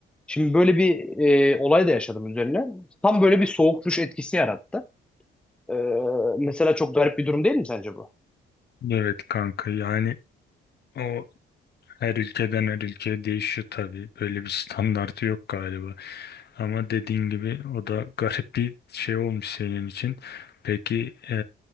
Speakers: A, in the centre; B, on the left.
A: Şimdi böyle bir e, olay da yaşadım üzerine. Tam böyle bir soğuk duş etkisi yarattı. E, mesela çok garip bir durum değil mi sence bu?
B: evet kanka yani o Her ülkeden her ülkeye değişiyor tabii. Böyle bir standartı yok galiba. Ama dediğin gibi o da garip bir şey olmuş senin için. Peki e,